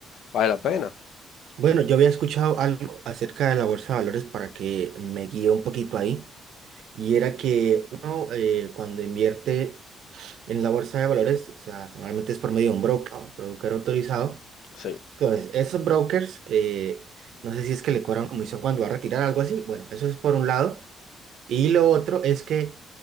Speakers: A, on the left; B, on the right.
A: vale la pena,
B: Bueno, yo había escuchado algo acerca de la bolsa de valores para que me guíe un poquito ahí, y era que uno eh, cuando invierte en la bolsa de valores, o sea, normalmente es por medio de un broker, un broker autorizado.
A: sí,
B: Entonces, esos brokers, eh, no sé si es que le cobran comisión cuando va a retirar algo así. Bueno, eso es por un lado. Y lo otro es que